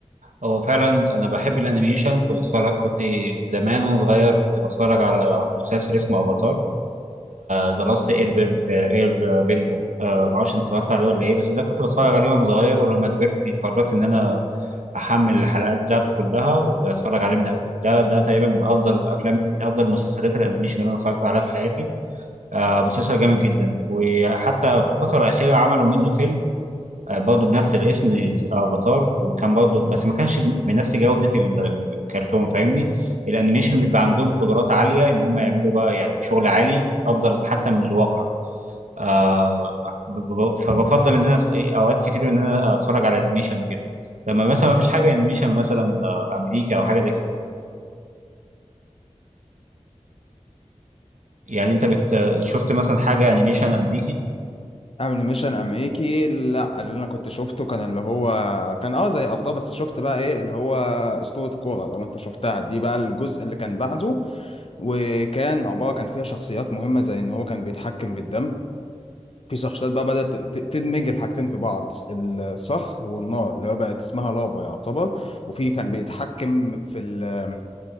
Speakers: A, on the right (about 85°); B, on the left (about 55°).
A: هو فعلا انا بحب الانيميشن كنت اتفرج كنت زمان وانا صغير كنت بتفرج على مسلسل اسمه افاتار ذا لاست اير بن- آه، اير بندر آه، معرفش انت اتفرجت عليه ولا ايه بس ده كنت بتفرج عليه وانا صغير ولما كبرت قررت ان انا احمل الحلقات بتاعته كلها واتفرج عليه من اول ده ده تقريبا من افضل افلام من افضل مسلسلات الانيميشن اللي انا اتفرجت عليها في حياتي آه، مسلسل جامد جدا وحتى في الفتره الاخيره عملوا منه فيلم آه، برضه بنفس الاسم افاتار وكان برضه بس ما كانش بنفس جودة ال- الكرتون فاهمني الانيميشن بيبقى عندهم قدرات عالية ان هم يعملوا بقى يعني شغل عالي افضل حتى من الواقع آه ب- ب- فبفضل ان انا س- اوقات كتير ان انا اتفرج على انيميشن وكده لما مثلا ما فيش حاجة انيميشن مثلا آه، امريكا او حاجة زي كده يعني انت بت شفت مثلا حاجة انيميشن امريكي
B: انيميشن امريكي لا اللي انا كنت شفته كان اللي هو كان اه زي ابطال بس شفت بقى ايه اللي هو اسطورة كورة لو انت شفتها دي بقى الجزء اللي كان بعده وكان عبارة كان فيها شخصيات مهمة زي ان هو كان بيتحكم بالدم في شخصيات بقى بدأت ت- تدمج الحاجتين في بعض الصخر والنار اللي هو بقت اسمها لافا يعتبر وفي كان بيتحكم في ال